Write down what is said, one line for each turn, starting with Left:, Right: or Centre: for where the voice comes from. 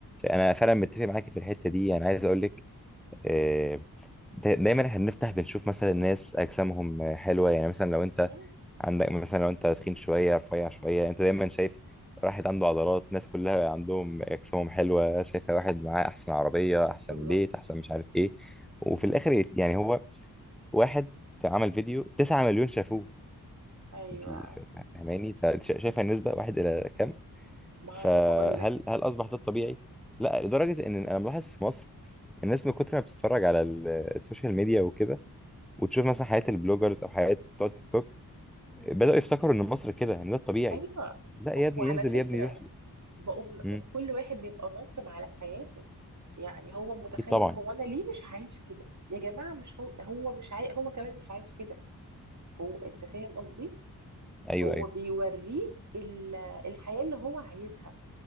Centre: انا فعلا متفق معاكي في الحته دي انا عايز اقول لك آه، دا- دايما احنا بنفتح بنشوف مثلا الناس اجسامهم آه، حلوه يعني مثلا لو انت
Right: آه،
Centre: عندك مثلا لو انت تخين شويه رفيع شويه انت دايما شايف واحد عنده عضلات ناس كلها عندهم اجسامهم حلوه شايفه واحد معاه احسن عربيه احسن
Right: بالظبط
Centre: بيت احسن مش عارف ايه وفي الاخر يت- يعني هو واحد عمل فيديو 9 مليون شافوه
Right: ايوه
Centre: انت فا- فا- فاهماني فانت شا- شايفه النسبه واحد الى كام
Right: ما
Centre: فهل
Right: انا بقول لك
Centre: هل اصبح ده الطبيعي لا لدرجه ان انا ملاحظ في مصر الناس من كتر ما بتتفرج على ال- السوشيال ميديا وكده وتشوف مثلا حياه البلوجرز او حياه بتوع التيك توك بداوا يفتكروا ان مصر كده ان ده الطبيعي
Right: ايوه
Centre: لا يا ابني
Right: وعلى
Centre: ينزل
Right: فكره
Centre: يا ابني يروح
Right: بقوم
Centre: امم
Right: كل واحد بيبقى ناقم على حياته يعني هو متخيل
Centre: اكيد طبعا
Right: هو انا ليه مش عايش كده يا جماعه مش هو هو مش عاي... هو كمان مش عايش كده هو انت فاهم قصدي
Centre: ايوه
Right: هو
Centre: ايوه
Right: بيوريك ال- الحياه اللي هو عايزها